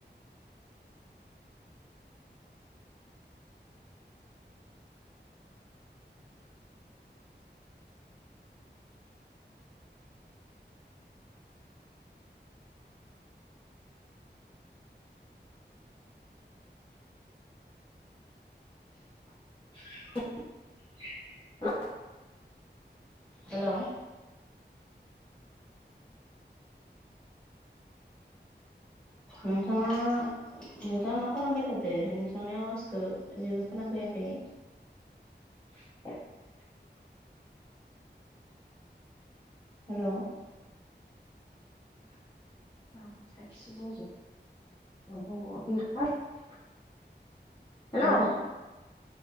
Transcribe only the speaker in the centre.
हेलौ नोंथाङा नोंङा मा खालामबाय थादो? नोंथांनि आवाजखो जेबो खोनाफैयाखै
हेल'।
हो